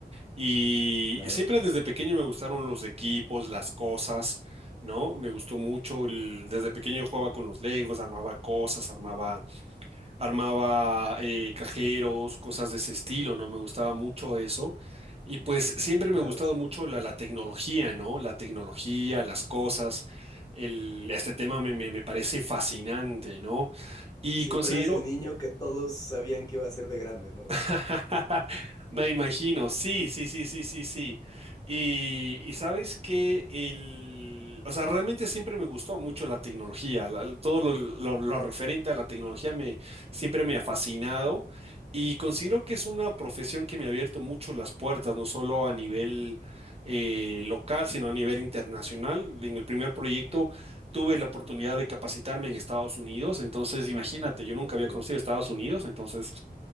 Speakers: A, on the right; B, on the left.
A: Y
B: Claro,
A: siempre desde pequeño me gustaron los equipos, las cosas, ¿no? Me gustó mucho, el- desde pequeño yo jugaba con los Legos, armaba cosas, armaba, armaba eh, cajeros, cosas de ese estilo, ¿no? Me gustaba mucho eso. Y pues siempre
B: claro,
A: me ha gustado
B: sí.
A: mucho la, la tecnología, ¿no? La tecnología, las cosas. El, este tema me, me me parece fascinante, ¿no? Y
B: Sí,
A: considero,
B: tú eras el niño que todos sabían que iba a ser de grande, ¿no?
A: <laughs> Me imagino, sí, sí, sí, sí, sí, sí. Y, y sabes que el, o sea, realmente siempre me gustó mucho la tecnología, la- todo lo, lo- lo referente a la tecnología me, siempre me ha fascinado y considero que es una profesión que me ha abierto mucho las puertas, no solo a nivel eh, local, sino a nivel internacional. En el primer proyecto tuve la oportunidad de capacitarme en Estados Unidos, entonces imagínate, yo nunca
B: Ok.
A: había conocido Estados Unidos, entonces...